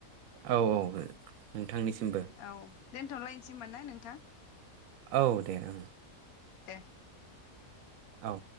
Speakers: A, on the right (about 75°); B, on the left (about 80°).
A: औ औ ओं नोंथांनिसिमबो
B: औ दोनथ'लायनोसै होमबा ना नोंथां
A: औ दे ओं
B: दे
A: औ